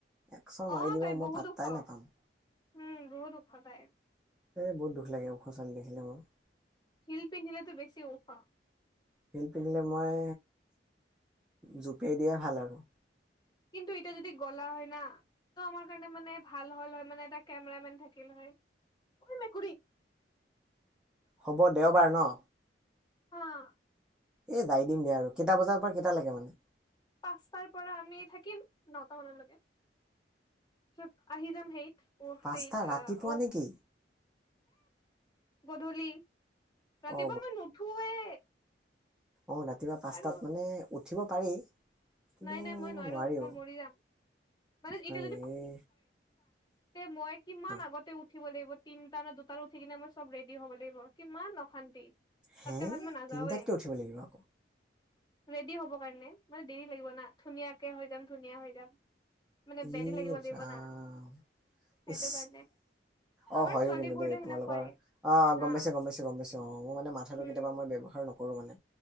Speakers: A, in the centre; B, on the left.
A: একচৰ
B: অ'
A: মাৰি দিব
B: তাই বহুত
A: মই পাত্তাই
B: ওখ
A: নাপাম।
B: উম বহুত দুখদায়।
A: এই বহুত দুখ লাগে ওখ ছোৱলী দেখিলে মোৰ।
B: হিলপিন্ধিলেতো বেছি ওখ
A: হিলপিন্ধিলে মই জোপিয়াই দিয়াই ভাল আৰু।
B: কিন্তু এতিয়া যদি গ'লা হয় না টো আমাৰ কাৰণে মানে ভাল হ'ল হয় মানে এটা কেমেৰা মেন থাকিল হয়। এই মেকুৰী।
A: হ'ব, দেওবাৰ ন
B: অ'
A: এ যাই দিম দিয়া আৰু, কেইটা বজাৰ পৰা কেইটালৈকে মানে।
B: পাঁচটাৰ পৰা আমি থাকিম নটা মানলৈকে, পাছত আহি যাম সেইত অ
A: পাঁচটা
B: সেইত
A: ৰাতিপুৱা
B: অ
A: নেকি
B: গধূলি ৰাতিপুৱা
A: অ
B: মই নুঠোৱে।
A: অঁ ৰাতিপুৱা পাঁচটাত
B: আৰু
A: মানে উঠিব পাৰি। কিন্তু
B: নাই নাই মই নোৱাৰো,
A: নোৱাৰিও
B: মই মৰি যাম। মান এতিয়া
A: হয় নেকি এ,
B: <inaudible>
A: অ
B: উিব লাগিব তিনটা ন দুটাৰ উঠি কিনে মই চব ৰেডি হ'ব লাগিব, কিমান অশান্তি।
A: হে
B: তাতকে ভাল মই নাযাওৱে
A: তিনটাত কিয় উঠিব লাগিব আকৌ।
B: ৰেডি হ'ব কাৰণে মানে দেৰি লাগিব না, ধুনীয়াকে হৈ যাম ধুনীয়া হৈ যাম। মানে <unintelligible>
A: ই
B: লাগিব লাগিব
A: ৰাম
B: না সেইটো
A: ইচ
B: কাৰণে
A: অ'
B: আমাৰ
A: হয়ো
B: ছোৱালীবোৰতো
A: কিন্তু দেই,
B: সেনেকুৱাই
A: তোমালোকৰ আহ
B: হা
A: গম পাইছ গম পাইছ গম পাইছো অ মোৰ মানে মাথাটো
B: উম
A: কেতিয়া মই ব্যৱহাৰ নকৰো মানে।